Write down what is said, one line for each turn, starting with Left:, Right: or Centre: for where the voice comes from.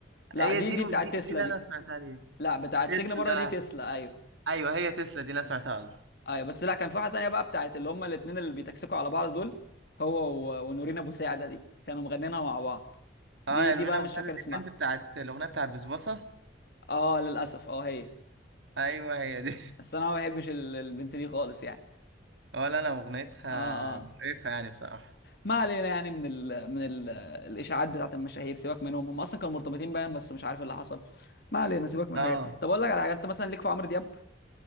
Left: لا
Right: هي
Left: دي
Right: دي
Left: دي
Right: اللي-
Left: بتاعت
Right: دي
Left: تسلا
Right: دي اللي
Left: دي
Right: انا سمعتها ليه
Left: لا بتاعت
Right: تسلا
Left: سجن بره دي تسلا ايوه
Right: ايوه هي تسلا دي اللي انا سمعتها قصدي
Left: ايوه بس لا كان في واحده تانية بقى بتاعت اللي هما الاثنين اللي بيتكسكوا على بعض دول هو و- ونورين ابو ساعده دي كانوا مغنينها مع بعض دي
Right: اه يعني
Left: دي
Right: منى
Left: بقى انا
Right: ابو
Left: مش
Right: سعد
Left: فاكر اسمها
Right: دي البنت بتاعت الاغنيه بتاعت بسبوسه
Left: اه للاسف اه هي
Right: ايوه هي دي
Left: بس انا ما بحبش ال- البنت دي خالص يعني
Right: <laughs> ولا انا اغنيتها
Left: اه اه
Right: مقرفه يعني بصراحه
Left: ما علينا يعني من ال من ال الاشاعات بتاعت المشاهير سيبك منهم هم اصلا كانوا مرتبطين باين بس مش عارف إيه اللي حصل ما علينا سيبك من
Right: اه
Left: الحاجات دي. طب اقول لك على حاجات انت مثلا ليك في عمرو دياب